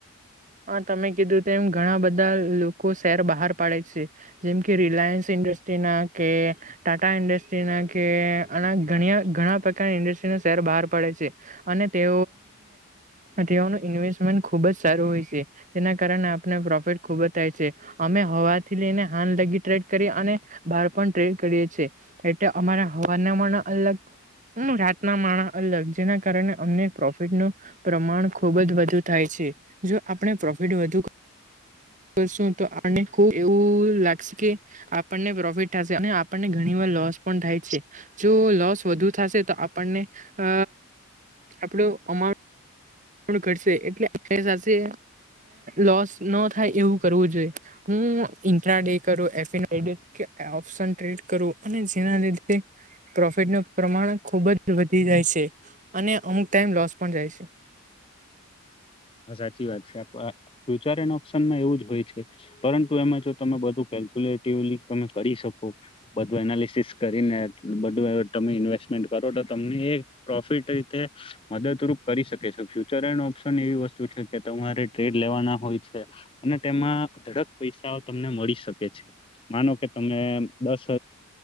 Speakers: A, on the right (about 35°); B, on the left (about 25°).
A: હા તમે કીધું તેમ એમ ઘણા બધા લોકો શહેર બહાર પાડે છે જેમ કે રિલાયન્સ ઇન્ડસ્ટ્રી ના કે ટાટા ઇન્ડસ્ટ્રી ના કે અને ઘણી ઘણા પ્રકારની ઇ શર બહાર પડે છે અને તે તેઓનું ઇન્વેસ્ટમેન્ટ ખુબ જ સારું હોય છે આપ પ્રોફિટ ખુબ જ થાય છે અમે હવાથી લઈને હાલ લગી ટડ કરી ડ કરી એટલે અમા હવા અગ હમ રાતના માળા અલગ જેના કારણે અમને પ્રોફિટનું પ્રમાણ ખુબ જ વધુ થાય છે જો આપણે પ્રોફિટ વધુ શું તો આપને ખુબ એવું લાગશે કે આપણને પ્રોફિટ થશે અને આપણને ઘણી વાર લોસ થાય છે જો લોસ વધુ થશે તો આપણને અ આપડું અમાઉન્ટ ઘ એટલે આખ સાથે લોસ ન થાય એવું કરવું જોઈએ હું ઇન્ટ્રા ડે કરું એફ ઓપ્શન ટ્રેડ કરું અને જેના લીધે પ્રોફિટનું પ્રમાણ ખુબ જ વધી જાય છે અને અમુક ટાઈમ લોસ પણ જાય છે
B: સાચી વાત છે ફ્યુચર એન્ડ ઓપ્શનમાં એવું જ હોય છે પરંતુ એમાં જો તમે બધું તમે કરી શકો બધું એનાલિસસ કરીને બું તમે ઇન્વેસ્ટમેન્ટ ો તો તમને પ્રોફિટ રીતે મદદરૂપ કરી શકે છે ફ્યુચર એન્ડ ઓપ્શન એવી વસ્તુ કે તમારે ટ્રેડ લેવાના હોય છે અને તેમાં ધડક પૈસાઓ તમને મળી શકે છે માનો કે તમે દસ